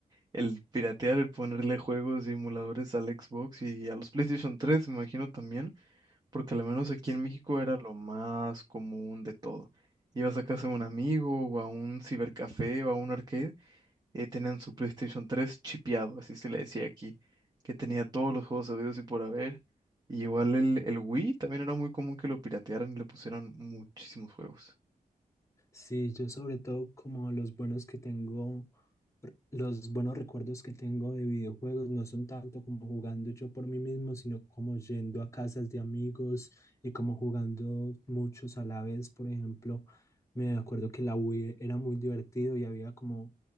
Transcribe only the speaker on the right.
el piratear, el ponerle juegos y emuladores al Xbox y a los PlayStation 3 me imagino también. porque al menos aquí
en México era lo más común de todo. Ibas a casa de un amigo o a un cibercafé o a un arcade, y tenían su PlayStation 3 chipeado, así se le decía aquí, que tenía todos los juegos habidos y por haber. Y igual el, el Wii también era muy común que lo piratearan y le pusieran muchísimos juegos.